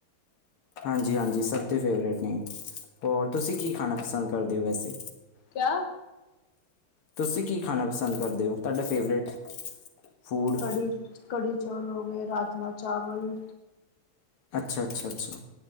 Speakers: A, on the left; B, on the left.
A: ਹਾਂਜੀ ਹਾਂਜੀ ਸਭ ਦੇ ਫੇਵਰੇਟ ਨੇ, ਹੋਰ ਤੁਸੀਂ ਕੀ ਖਾਣਾ ਪਸੰਦ ਕਰਦੇ ਓ ਵੈਸੇ।
B: ਕਆ
A: ਤੁਸੀਂ ਕੀ ਖਾਣਾ ਪਸੰਦ ਕਰਦੇ ਓ, ਤਾਡਾ ਫੇਵਰੇਟ ਫੂਡ
B: ਕੜੀ, ਕੜੀ ਚੌਲ ਓ ਗੇ, ਰਾਜਮਾ ਚਾਵਲ
A: ਅੱਛਾ ਅੱਛਾ ਅੱਛਾ